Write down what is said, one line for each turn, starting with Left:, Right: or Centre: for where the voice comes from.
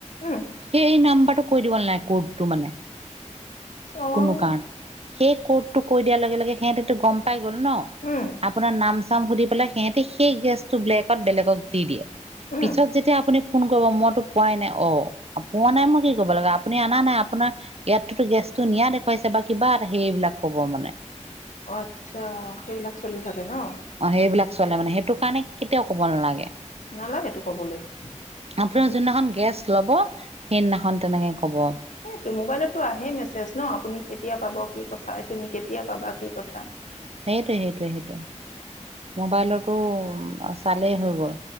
Left: উম,
Right: সেই নাম্বাৰ টো কৈ দিব নালাগে কোদতো মানে
Left: অ',
Right: কোনো কাৰণত সেই কোদ তো কৈ দিয়া লগে লগে সিহতেতো গম পাই গ'ল ন
Left: উম,
Right: আপোনাৰ নাম -চাম সুধি পেলাই সিহতি সেই গেছটো ব্লেকত বেলেগক দি দিয়ে
Left: উম,
Right: পিছত যেতিয়া আপুনি ফোন কৰিব মইতো পোৱাই নাই অ'পোৱা নাই মই কি কৰিব লাগে আপুনি অনা নাই আপোনাৰ ইয়াততেতো গেছ টো নিয়া দেখুৱাইছে বা কিবা এটা সেইবিলাক ক'ব মানে।
Left: অহ, আচ্ছা সেইবিলাক চলি থাকে ন',
Right: অ সেইবিলাক চলে মানে সেইটো কাৰণে কেতিয়াও ক'ব নালাগে।
Left: নালাগেতো ক'বলৈ।
Right: <inaudible> আপোনাৰ
Left: উম,
Right: যোনদিনাখন গেছ লব সেইদিনাখন তেনেকে কব অ
Left: সেটো মোবাইলতটো আহে মেছেজ ন' আপুনি কেতিয়া পাব কি কথা হয়, তুমি কেতিয়া পাবা কি কথা
Right: সেইটোৱে -সেইটোৱে - সেইটোৱে। মোবাইলতো চালেই হৈ গ'ল।